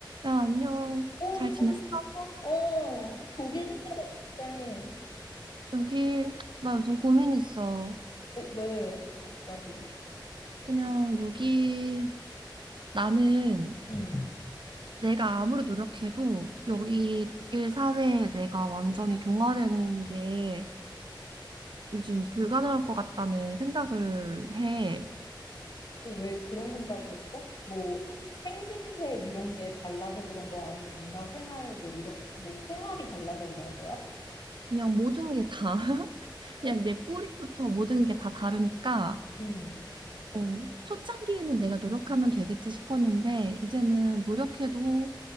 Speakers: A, on the right (about 70°); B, on the left (about 60°).
A: 야, 안녕.
B: 오,
A: 잘
B: 잘
A: 지냈어?
B: 있었어? 어, 독일 생각했 어때?
A: 여기, 나 요즘 고민 있어.
B: 어, 왜, 갑자기?
A: 그냥 여기, 나는
B: 응,
A: 내가 아무리 노력해도 여기
B: 응.
A: 독일 사회에 내가 완전히 동화되는 게 요즘 불가능할 것 같다는 생각을 해.
B: 어, 왜 그런 생각을 했어? 뭐, 생김새 이런 게 달라서 그런 거야? 아니면 문화 생활, 뭐, 이런, 뭐, 생활이 달라서 그런 거야?
A: 그냥 모든 게 다, <laughs>
B: 어,
A: 그냥 내 뿌리부터 모든 게 다 다르니까,
B: 응.
A: 어, 초창기에는 내가 노력하면 되겠지 싶었는데, 이제는 노력해도